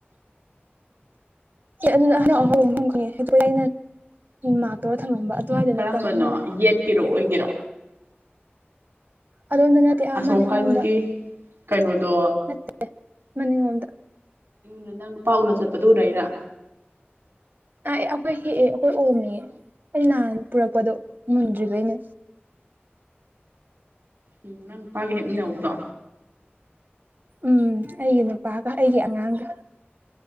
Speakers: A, on the right; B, on the right.
A: ꯑꯗꯨ ꯑꯍꯨꯝ ꯑꯍꯣꯡ ꯀꯅꯤꯦ ꯄꯨꯅ ꯃꯥꯛ ꯐꯪꯉꯝꯕ ꯑꯗꯨꯋꯥꯏꯗ
B: ꯀꯔꯝꯕꯅꯣ
A: ꯅꯠꯇꯕ ꯑꯃ ꯂꯩ
B: ꯌꯦꯠꯀꯤꯔꯣ ꯑꯣꯏꯒꯤꯔꯣ
A: ꯑꯗꯣꯝꯗ ꯅꯠꯇꯦ ꯑ
B: ꯑꯁꯣꯝꯀꯟꯒꯤ
A: ꯉꯣꯝꯗ
B: ꯀꯩꯅꯣꯗꯣ
A: ꯅꯠꯇꯦ ꯃꯅꯤꯡꯂꯣꯝꯗ
B: ꯗ ꯅꯪ ꯅꯨꯄꯥ ꯎꯅ ꯆꯠꯄꯗꯨ ꯎꯔꯏꯔ
A: ꯑ ꯑꯩꯈꯣꯏ ꯍꯦ ꯑꯩꯈꯣꯏ ꯑꯣꯃꯤ ꯑꯩ ꯂꯥꯟ ꯄꯨꯔꯛꯄꯗꯣ ꯃꯨꯟꯗ꯭ꯔꯤꯈꯩꯅꯦ
B: ꯎꯝ ꯅꯪꯄꯥꯒꯦ ꯍꯦꯦꯛꯃꯤꯟꯅ ꯎꯕꯗꯣ
A: ꯎꯝ ꯑꯩꯒꯤ ꯅꯨꯄꯥꯒ ꯑꯩꯒꯤ ꯑꯉꯥꯡꯒ